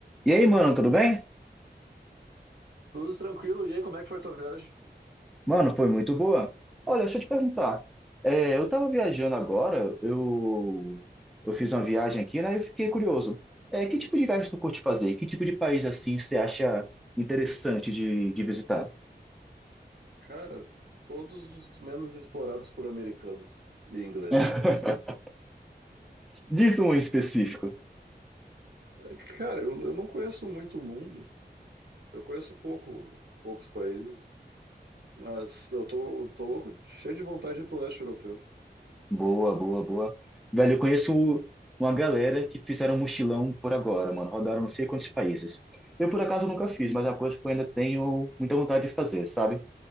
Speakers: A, in the centre; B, on the right (about 75°).
A: E aí, mano, tudo bem?
B: Tudo tranquilo. E aí, como é que foi a tua viagem?
A: Mano, foi muito boa. Olha, deixa eu te perguntar. É, eu tava viajando agora, eu, eu fiz uma viagem aqui, né? E fiquei curioso. É, que tipo de viagem tu curte fazer? Que tipo de país assim você acha interessante de, de visitar?
B: Cara, todos os menos explorados por americanos e ingleses.
A: <laughs> Diz um em específico.
B: <laughs> Cara, eu, eu não conheço muito o mundo. Eu conheço pouco, poucos países. Mas eu tô, tô louco, cheio de vontade de ir pro leste europeu.
A: Boa, boa, boa. Velho, eu conheço uma galera que fizeram um mochilão por agora, mano. Rodaram não sei quantos países. Eu, por acaso, nunca fiz, mas é uma coisa que eu ainda tenho muita vontade de fazer, sabe?